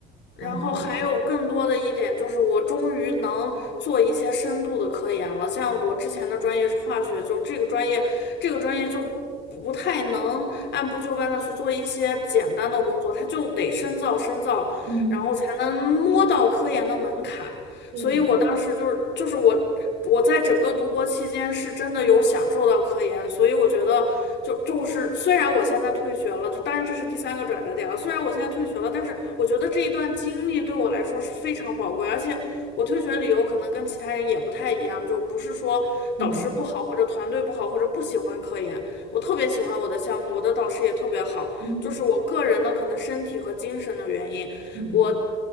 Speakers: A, on the left; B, on the right.
A: 然后还有更多的一点就是，
B: 然后，嗯，
A: 我终于能做一些深度的科研了。像我之前的专业是化学，就这个专业，这个专业就不太能按部就班的去做一些简单的工作，它就得深造深造，
B: 嗯
A: 然后才能摸到科研的门槛。
B: 对，
A: 所以我当时就是就是我我在整个读博期间是真的有享受到科研，所以我觉得就就是虽然我现在退学了，就当然这是第三个转折点了，虽然我现在退学了，但是我觉得这一段经历对我来说是非常宝贵，而且我退学理由可能跟其他人也不太一样，就不是说导师不好或者团队不好或者不喜欢科研，
B: 嗯
A: 我特别喜欢我的项目，我的导师也特别好，
B: 嗯
A: 就是我个人的可能身体和精神的原因。
B: 嗯，
A: 我